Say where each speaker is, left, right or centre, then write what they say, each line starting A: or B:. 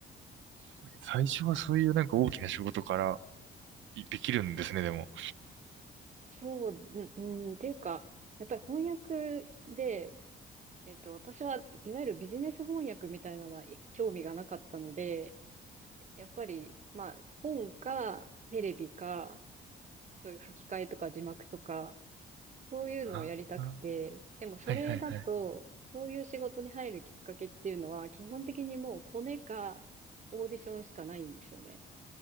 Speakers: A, on the right (about 75°); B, on the right (about 35°).
A: すごいですね最初はそういうなんか大きな仕事からいできるんですね、でも。
B: そう、うん、うんっていうか、やっぱり翻訳で、えっと、私はいわゆるビジネス翻訳みたいなのはい興味がなかったので、やっぱり、まあ、本か、テレビか、そういう吹き替えとか字幕とか、そういうのをやりたくて、
A: ああ、
B: でもそれだと、
A: はいはいはい。
B: そういう仕事に入るきっかけっていうのは、基本的にもうコネか、オーディションしかないんですよね。